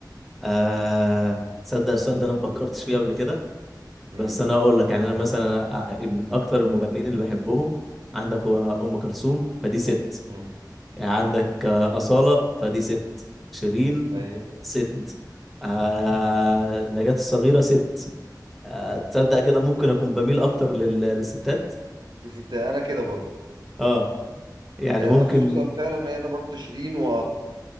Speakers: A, in the centre; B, on the right.
A: آه تصدق السؤال ده انا ما فكرتش فيه قبل كده
B: امم
A: بس انا اقول لك يعني انا مثلا أ- من اكتر المغنيين اللي بحبهم عندك هو ام كلثوم فدي ست
B: امم
A: يعني عندك آه، اصاله فدي ست شيرين
B: ايوه
A: ست آه نجاة الصغيره ست آه تصدق كده ممكن اكون بميل اكتر لل... للستات
B: الستات انا كده برضو
A: اه يعني
B: يعني
A: ممكن
B: انا خصوصا فعلا إن انا برضو شيرين و...